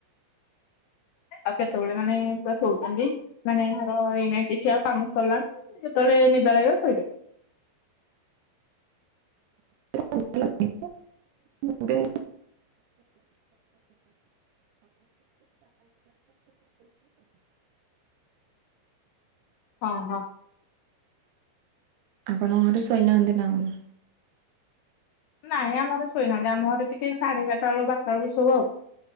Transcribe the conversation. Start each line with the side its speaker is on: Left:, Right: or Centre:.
Left: ଆଉ କେତେବେଳେ ମାନେ ପୁରା ଶଉଛନ୍ତି ମାନେ ଧର ଏଇ ନା କିଛି ଆଉ କାମ ସରିଲା ଯେତବେଳେ ନିଦ ଲାଗିବ ଶୋଇଲେ।
Right: <inaudible> ଏବେ
Left: ହଁ ହଁ।
Right: ଆପଣଙ୍କ ଘରେ ଶୋଇନାହାନ୍ତି ନା କଣ?
Left: ନାଇଁ ଆମ ଘରେ ଶୋଇନାହାନ୍ତି ଆମ ଘରେ ଟିକେ ସାଢେଚାରଟା ବେଳ ପଞ୍ଚଟା ବେଳକୁ ସୋଉ ଆଉ।